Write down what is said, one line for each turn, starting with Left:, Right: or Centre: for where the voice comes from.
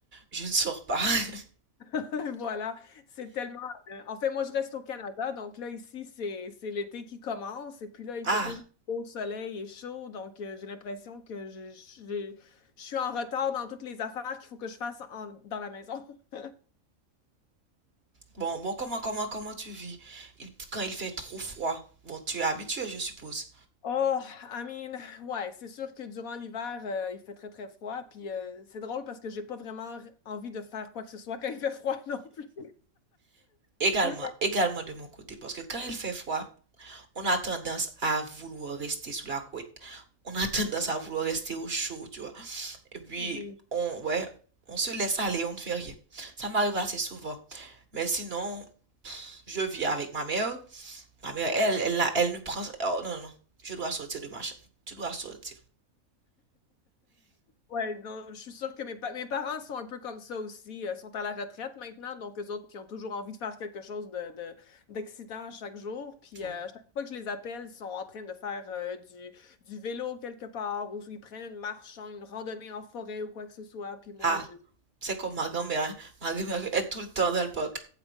Right: je ne sors pas. <laughs>
Left: <laughs> Voilà, c'est tellement. euh, En fait, moi, je reste au Canada, donc là, ici, c'est c'est l'été qui commence, et puis là, il
Right: Ah,
Left: fait toujours beau soleil et chaud, donc euh, j'ai l'impression que je, je- j'ai- je suis en retard dans toutes les affaires qu'il faut que je fasse en- dans la maison. <laughs>
Right: bon, bon, comment, comment, comment tu vis? Il- quand il fait trop froid, bon, tu es habitué, je suppose.
Left: Oh, I mean, ouais, c'est sûr que durant l'hiver, euh, il fait très, très froid, puis euh, c'est drôle parce que j'ai pas vraiment envie de faire quoi que ce soit quand il fait froid <laughs> non plus.
Right: Également,
Left: Mais-
Right: également de mon côté, parce que quand il fait froid, on a tendance à vouloir rester sous la couette. On a tendance à vouloir rester au chaud, tu vois. Et puis,
Left: Oui,
Right: on, ouais, on se laisse aller, on ne fait rien. Ça m'arrive assez souvent. Mais sinon, Je vis avec ma mère. Ma mère, elle, elle, n'a- elle ne prend... Oh non, non, non. Je dois sortir de ma chambre. Tu dois sortir.
Left: Ouais, non, je suis sûre que mes, pa- mes parents sont un peu comme ça aussi, euh, sont à la retraite maintenant, donc eux autres qui ont toujours envie de faire quelque chose de, de- d'excitant à chaque jour. Puis
Right: Oh.
Left: euh, à chaque fois que je les appelle, ils sont en train de faire euh, du, du vélo quelque part, ou ils prennent une marche, hein, une randonnée en forêt ou quoi que ce soit. Puis moi,
Right: Ah,
Left: j'ai
Right: c'est comme ma grand-mère. hein. Ma grand-mère est tout le temps dans le parc.